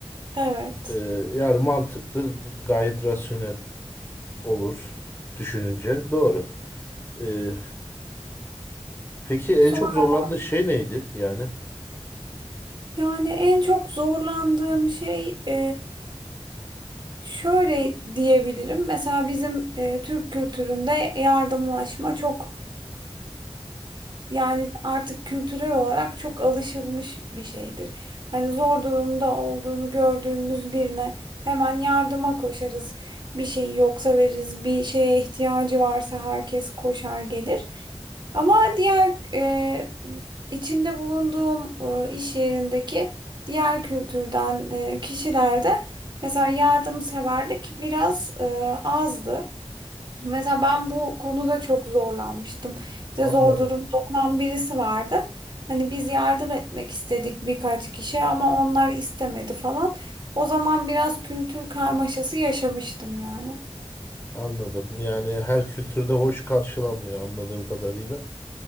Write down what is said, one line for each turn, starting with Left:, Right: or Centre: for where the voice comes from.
Right: Evet.
Left: E, yani mantıklı, gayet rasyonel olur düşününce. Doğru. E, peki
Right: Sonra
Left: en çok zorlandığı şey neydi? Yani
Right: yani en çok zorlandığım şey e, şöyle diyebilirim. Mesela bizim e, Türk kültüründe yardımlaşma çok Yani artık kültürel olarak çok alışılmış bir şeydir. Hani zor durumda olduğunu gördüğümüz birine hemen yardıma koşarız. Bir şey yoksa veririz, bir şeye ihtiyacı varsa herkes koşar gelir. Ama diğer e, içinde bulunduğum e, iş yerindeki diğer kültürden e, kişilerde mesela yardımseverlik biraz e, azdı. Mesela ben bu konuda çok zorlanmıştım. İşte
Left: anladım.
Right: zor durumda olan birisi vardı. Hani biz yardım etmek istedik birkaç kişi ama onlar istemedi falan. O zaman biraz kültür karmaşası yaşamıştım yani.
Left: Anladım. Yani her kültürde hoş karşılanmıyor anladığım kadarıyla.